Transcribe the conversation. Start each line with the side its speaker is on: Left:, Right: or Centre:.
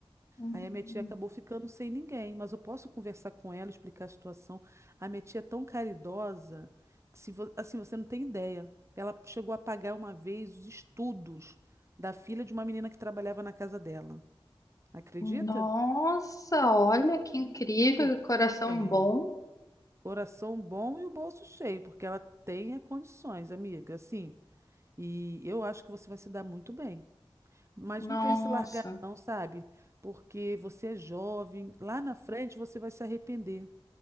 Left: Hum.
Right: Aí a minha tia acabou ficando sem ninguém, mas eu posso conversar com ela, explicar a situação. A minha tia é tão caridosa que se vo- assim, você não tem ideia. Ela chegou a pagar uma vez os estudos da filha de uma menina que trabalhava na casa dela. Acredita?
Left: Nossa, olha que incrível,
Right: Hum. Por-
Left: que coração
Right: é,
Left: bom.
Right: coração bom e o bolso cheio, porque ela tem é, condições, amiga, assim. E eu acho que você vai se dar muito bem. Mas
Left: Nossa.
Right: não pense em largar, não, sabe? Porque você é jovem, lá na frente você vai se arrepender.